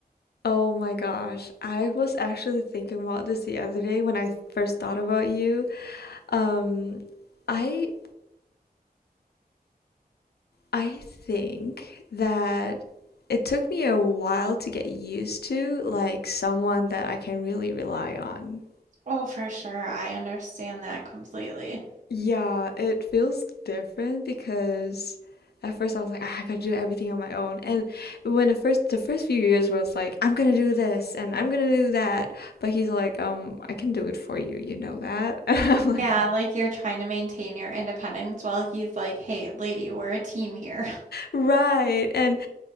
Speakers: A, on the left; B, on the right.
A: Oh my gosh. I was actually thinking about this the other day when I first thought about you. Um, I I think that it took me a while to get used to like someone that I can really rely on.
B: oh for sure I understand that completely
A: Yeah, it feels different because at first I was like, ah, I gotta do everything on my own. And when the first the first few years was like, I'm gonna do this and I'm gonna do that, but he's like, um, I can do it for you, you know that? <laughs> And I'm like,
B: Yeah, like you're trying to maintain your independence while he's like, hey, lady, we're a team here.
A: right. And